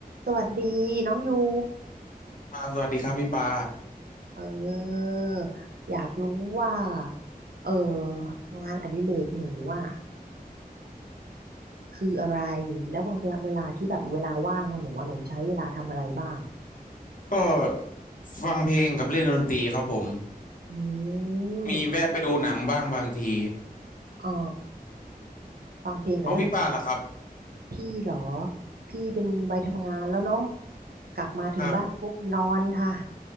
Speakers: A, on the right; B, on the left.
A: สวัสดีน้องยู
B: ครับสวัสดีครับพี่ปา
A: เอออยากรู้ว่าเอองานอดิเรกหนูอ่ะคืออะไรแล้วบางทีเวลาที่แบบเวลาว่างของหนูว่าหนูใช้เวลาทำอะไรบ้าง
B: ก็ฟังเพลงกับเล่นดนตรีครับผม
A: อืม
B: มีแวะไปดูหนังบ้างบางที
A: อ๋อฟังเพลงกับเล่นดนตรี
B: ของพี่ปาล่ะครับ
A: พี่เหรอพี่เป็นวัยทำงานแล้วเนาะกลับมาถึงบ้านปุ๊บนอนค่ะ
B: ครับ
A: <laughs>